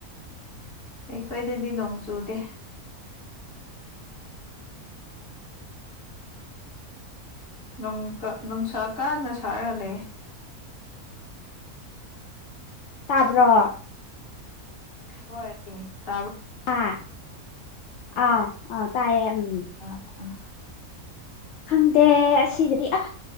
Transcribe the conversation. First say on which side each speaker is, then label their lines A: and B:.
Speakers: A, on the left; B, on the left.
A: ꯑꯩꯈꯣꯏꯗꯗꯤ ꯅꯣꯡ ꯆꯨꯗꯦ ꯅꯨꯡ ꯇ ꯅꯨꯡꯁꯥ ꯀꯥꯟꯅ ꯁꯥꯔ ꯂꯩꯌꯦ
B: ꯇꯥꯕ꯭ꯔꯣ
A: ꯍꯣ <unintelligible>
B: ꯑꯥ ꯑꯧ ꯑ ꯇꯥꯏꯌꯦ ꯎꯝ
A: ꯑ <unintelligible>
B: ꯈꯪꯗꯦ ꯑꯁꯤꯗꯗꯤ ꯑ